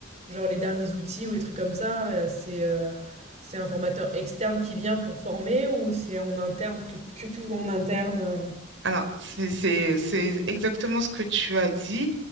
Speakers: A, on the right; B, on the right.
A: genre les derniers outils ou les trucs comme ça, euh, c'est euh, c'est un formateur externe qui vient pour former ou c'est en interne tout que tout en interne. euh
B: Alors, c'est c'est- c'est exactement ce que tu as dit.